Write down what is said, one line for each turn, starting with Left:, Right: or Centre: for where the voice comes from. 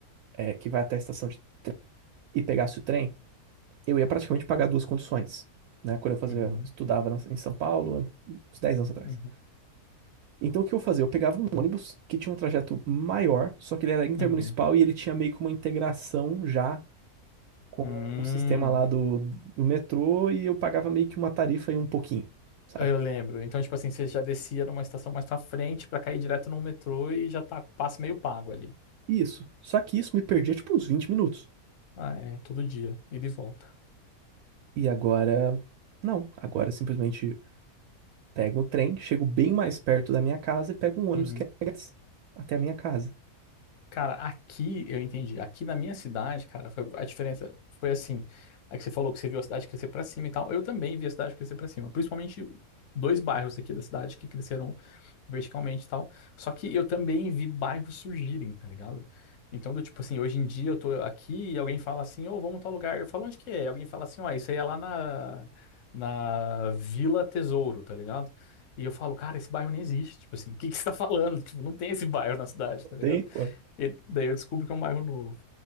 Right: é, que vai até a estação de- e pegasse o trem, eu ia praticamente pagar duas conduções, né? Quando eu fazia,
Left: Uhum,
Right: estudava na- em São Paulo, há uns 10 anos atrás.
Left: uhum,
Right: Então, o que eu fazia? Eu pegava um ônibus que tinha um trajeto maior, só que ele era intermunicipal
Left: uhum.
Right: e ele tinha meio que uma integração já com
Left: Hum.
Right: o sistema lá do, do metrô e eu pagava meio que uma tarifa e um pouquinho, sabe?
Left: Eu lembro. Então, tipo assim, você já descia numa estação mais pra frente pra cair direto num metrô e já tá com o passe meio pago ali.
Right: Isso. Só que isso me perdia tipo uns 20 minutos.
Left: Ah, é, todo dia, ida e volta.
Right: E agora, não. Agora eu simplesmente pego o trem, chego bem mais perto da minha casa e pego um
Left: Uhum.
Right: ônibus que é grátis até a minha casa.
Left: Cara, aqui eu entendi. Aqui na minha cidade, cara, foi- a diferença foi assim. É que você falou que você viu a cidade crescer pra cima e tal. Eu também vi a cidade crescer pra cima, principalmente dois bairros aqui da cidade que cresceram verticalmente e tal. Só que eu também vi bairros surgirem, tá ligado? Então, do tipo assim, hoje em dia eu tô aqui e alguém fala assim, ô, vamos em tal lugar. Eu falo, onde que é? E alguém fala assim, ó, isso aí é lá na, na Vila Tesouro, tá ligado? E eu falo, cara, esse bairro nem existe. Tipo assim, o que que você tá falando? <laughs> Tipo, não tem esse bairro na cidade, tá ligado?
Right: Tem, pô.
Left: E daí eu descubro que é um bairro novo.